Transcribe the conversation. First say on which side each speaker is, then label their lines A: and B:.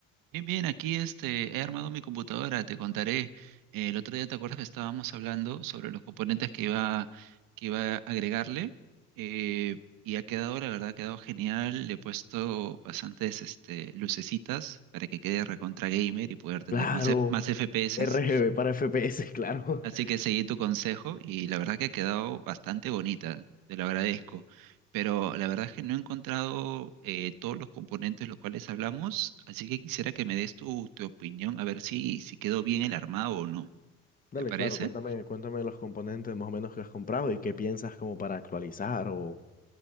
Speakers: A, on the right; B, on the left.
A: Bien, bien, aquí este, he armado mi computadora, te contaré. Eh, el otro día, ¿te acuerdas que estábamos hablando sobre los componentes que iba, que iba a agregarle? Eh, y ha quedado, la verdad, ha quedado genial. Le he puesto bastantes este, lucecitas para que quede recontra gamer y poder tener
B: Claro,
A: más, e- más FPS.
B: RGB para FPS, claro.
A: Así que seguí tu consejo y la verdad que ha quedado bastante bonita, te lo agradezco. Pero la verdad es que no he encontrado eh, todos los componentes los cuales hablamos, así que quisiera que me des tu, tu opinión, a ver si, si quedó bien el armado o no.
B: <laughs> Dale,
A: ¿Te parece?
B: claro, cuéntame, cuéntame los componentes más o menos que has comprado y qué piensas como para actualizar o,